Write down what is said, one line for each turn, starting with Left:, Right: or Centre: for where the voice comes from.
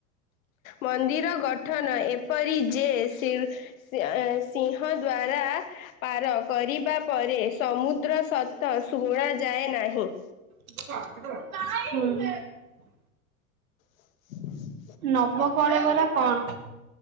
Left: ମନ୍ଦିର ଗଠନ ଏପରି ଯେ ସିଂହ ଦ୍ଵାର ପାର କରିବା ପରେ ସମୁଦ୍ର ସତ ଶୁଣାଯାଏ ନାହିଁ।
Right: <inaudible> ହଁ।
Left: <inaudible>
Right: ନବକଳେବର କଣ?